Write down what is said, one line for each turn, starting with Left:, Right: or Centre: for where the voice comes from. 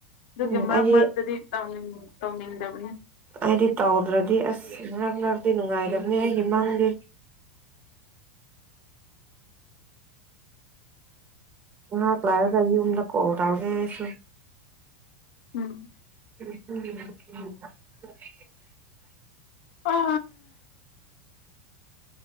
Left: ꯑꯗꯨꯒꯤ
Right: ꯎꯝ
Left: ꯃꯔꯛ
Right: ꯑꯩꯗꯤ
Left: ꯃꯔꯛꯇꯗꯤꯅꯤꯡ ꯇꯧꯅꯤꯡꯉ ꯕꯅꯤꯅꯦ
Right: ꯍꯥꯏꯗꯤ ꯇꯧꯗ꯭ꯔꯗꯤ ꯑꯁ ꯉꯛ ꯅꯨꯡꯉꯥꯏꯗꯕꯅꯦ ꯑꯩꯒꯤ ꯃꯥꯡꯗꯦ ꯉꯍꯥꯛ ꯀ ꯂꯥꯏꯔꯒ ꯑꯩ ꯌ ꯌꯨꯝꯗ ꯀꯣ ꯇꯎꯒꯦꯁꯨ
Left: ꯎꯝ
Right: ꯎꯝ ꯎꯝ ꯎꯝ
Left: ꯑ